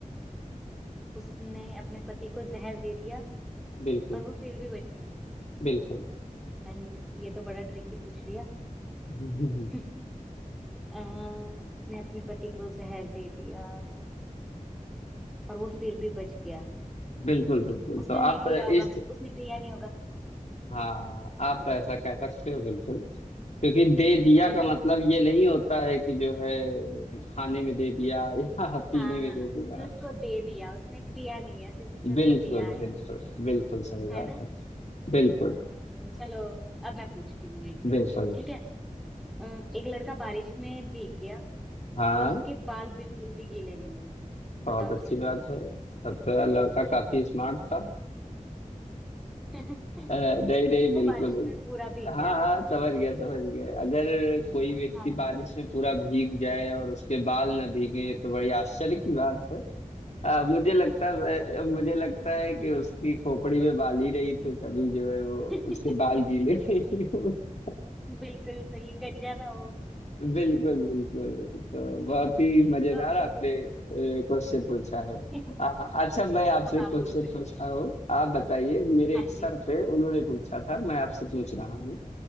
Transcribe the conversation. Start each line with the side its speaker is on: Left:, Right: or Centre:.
Centre: उसने अपने पति को जहर दे दिया
Left: बिल्कुल
Centre: और वो फिर भी बच गया
Left: बिल्कुल
Centre: अरे ये तो बड़ा ट्रिकी पूछ लिया
Left: <laughs>
Centre: <laughs> अ, उसने अपने पति को जहर दे दिया और वो फिर भी बच गया
Left: बिल्कुल बिल्कुल
Centre: उसने
Left: तो
Centre: नहीं
Left: आप
Centre: पिया
Left: इस
Centre: होगा उसने पिया नहीं होगा
Left: हाँ आप
Centre: <laughs>
Left: ऐसा कह सकते हो बिल्कुल क्योंकि दे दिया
Centre: है ना
Left: का मतलब ये नहीं होता है कि जो है खाने में दे दिया या <laughs> पीने
Centre: हाँ
Left: में
Centre: हाँ
Left: दे दिया
Centre: उसने उसको दे दिया उसने पिया नहीं है सिर्फ उसने
Left: बिल्कुल
Centre: उसको दिया है
Left: बिल्कुल बिल्कुल सही
Centre: है
Left: बात
Centre: ना
Left: है
Centre: अ,
Left: बिल्कुल
Centre: चलो अब मैं पूछती हूँ एक
Left: बिल्कुल
Centre: ठीक है अ, एक लड़का बारिश में भीग गया
Left: हाँ
Centre: पर उसके बाल बिल्कुल भी गीले नहीं हुए
Left: बहुत
Centre: बताओ
Left: अच्छी
Centre: क्यों
Left: बात है तब तो यार लड़का काफी स्मार्ट था
Centre: <laughs>
Left: अ, नहीं नहीं
Centre: वो
Left: बिल्कुल
Centre: बारिश
Left: बिल्कुल।
Centre: में पूरा भीग
Left: हाँ
Centre: गया
Left: हाँ समझ गया समझ गया अगर कोई व्यक्ति
Centre: हाँ जी
Left: बारिश में पूरा भीग जाए और उसके बाल ना भीगे तो बड़ी आश्चर्य की बात है अ, मुझे लगता है मुझे लगता है कि उसकी खोपड़ी में बाल ही नहीं थे तभी जो है वो
Centre: <laughs>
Left: उसके बाल गीले थे <laughs>
Centre: बिल्कुल सही गंजा था वो
Left: बिल्कुल बिल्कुल तो बहुत ही
Centre: जी
Left: मजेदार
Centre: अब
Left: आपने क्वेश्चन पूछा है
Centre: <laughs>
Left: आ, अच्छा मैं आपसे
Centre: अब
Left: क्वेश्चन
Centre: आप पूछो
Left: पूछता हूँ आप बताइए मेरे
Centre: हाँ
Left: एक सर
Centre: जी
Left: थे उन्होंने पूछा था मैं आपसे पूछ रहा हूँ